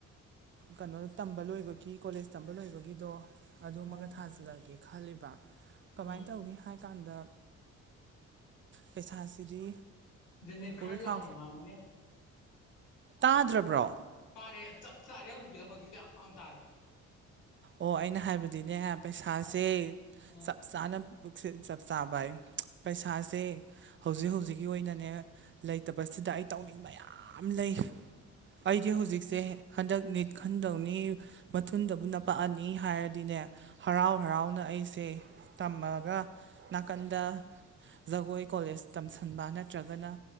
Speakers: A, on the right; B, on the left.
A: ꯀꯩꯅꯣ ꯇꯝꯕ ꯂꯣꯏꯕꯒꯤ ꯀꯣꯂꯦꯖ ꯇꯝꯕ ꯂꯣꯏꯕꯒꯤꯗꯣ ꯑꯗꯨꯃꯒ
B: ꯎꯝ
A: ꯊꯥꯖꯤꯜꯂꯒꯦ ꯈꯜꯂꯤꯕ ꯀꯃꯥꯏꯅ
B: ꯎꯝ
A: ꯇꯧꯅꯤ ꯍꯥꯏ ꯀꯥꯟꯗ ꯄꯩꯁꯥꯁꯤꯗꯤ
B: ꯖꯅꯤꯠ
A: ꯄꯨꯔꯤꯈꯥ
B: ꯈꯔ ꯂꯥꯎꯅꯉ ꯃꯅꯦ꯫
A: ꯇꯥꯗ꯭ꯔꯕ꯭ꯔꯣ
B: ꯇꯥꯔꯦ ꯑ ꯆꯞ ꯆꯥꯔꯦ ꯍꯧꯖꯤꯛꯀꯤꯗꯣ ꯍꯧꯖꯤꯛꯀꯤꯗꯣ ꯌꯥꯝ ꯆꯥꯎꯅ ꯇꯥꯔꯦ꯫
A: ꯑꯣ ꯑꯩꯅ ꯍꯥꯏꯕꯗꯤꯅꯦ ꯄꯩꯁꯥꯁꯦ
B: ꯑꯥ ꯎꯝ
A: ꯆꯞ ꯆꯥꯅ ꯄꯨꯛꯁꯦ ꯆꯞ ꯆꯥꯕꯌꯦꯡ ꯄꯩꯁꯥꯁꯦ ꯍꯧꯖꯤꯛ ꯍꯧꯖꯤꯛꯀꯤ ꯑꯣꯏꯅꯅꯦ ꯂꯩꯇꯕꯁꯤꯗ ꯑꯩ ꯇꯧꯅꯤꯡꯕ ꯌꯥꯝ ꯂꯩ꯫
B: ꯎꯝ
A: ꯑꯩꯗꯤ ꯍꯧꯖꯤꯛꯁꯦ ꯍꯟꯗꯛ ꯅꯤꯠ ꯈꯟꯗꯧꯅꯤ ꯃꯊꯨꯟꯗꯕꯨ ꯅꯞ ꯑꯅꯤ ꯍꯥꯏꯔꯗꯤꯅꯦ ꯍꯔꯥꯎ ꯍꯔꯥꯎꯅ ꯑꯩꯁꯦ ꯇꯝꯃꯒ ꯅꯥꯀꯟꯗ ꯖꯒꯣꯏ ꯀꯣꯂꯦꯖ ꯇꯝꯁꯟꯕ ꯅꯠꯇ꯭ꯔꯒꯅ